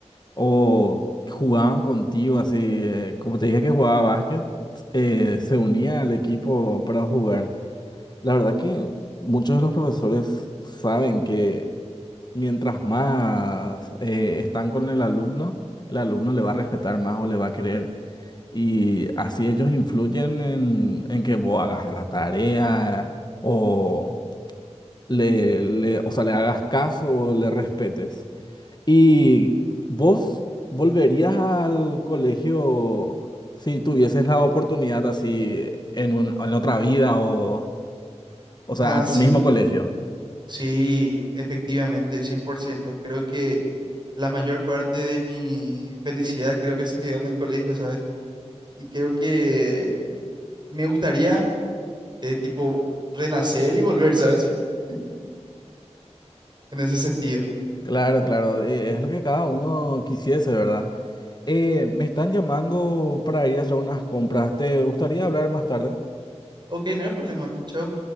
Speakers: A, on the left; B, on the right.
A: O jugaban contigo así. eh, Como te dije que jugaba básquet, eh, se unía al equipo para jugar. La verdad que muchos de los profesores saben que mientras más eh, están con el alumno, el alumno le va a respetar más o le va a querer. Y así ellos influyen en, en que vos hagas la tarea o le, le- o sea, le hagas caso o le respetes. ¿Y vos volverías al colegio si tuvieses la oportunidad así en un, en otra vida o, o sea,
B: Ah,
A: a tu
B: sí,
A: mismo colegio?
B: sí, efectivamente, cien por ciento Creo que la mayor parte de mi felicidad creo que se quedó en el colegio, ¿sabes? Y creo que me gustaría, eh, tipo, renacer y volver, ¿sabes? <laughs> En ese sentido.
A: Claro, claro, eh, es lo que cada uno quisiese, ¿verdad? Eh, me están llamando para ir a hacer unas compras. ¿Te gustaría hablar más tarde?
B: Ok, no hay problema. Chao.